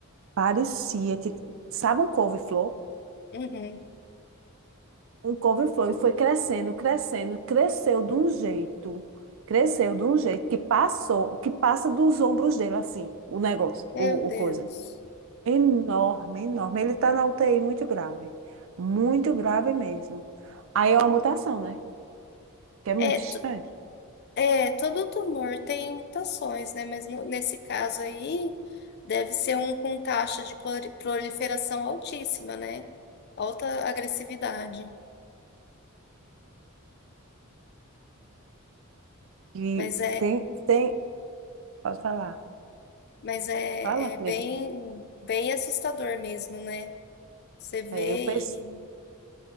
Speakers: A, on the right; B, on the left.
A: Parecia que, sabe um couve-flor?
B: uhum.
A: Um couve-flor e foi crescendo, crescendo, cresceu de um jeito, cresceu de um jeito que passou, que passa dos ombros dele assim, o negócio,
B: Meu
A: o, o
B: Deus.
A: coisa. Enorme, enorme. Ele tá na UTI muito grave, muito grave mesmo. Aí é uma mutação, né? Que é muito
B: É, t-
A: estranho.
B: é, todo tumor tem mutações, né? Mas no- nesse caso aí, deve ser um com taxa de plori- proliferação altíssima, né? Alta agressividade.
A: E
B: Mas é,
A: tem, tem, pode falar,
B: mas é,
A: fala,
B: é bem,
A: nega.
B: bem assustador mesmo, né? Você vê
A: É, eu pe-
B: e.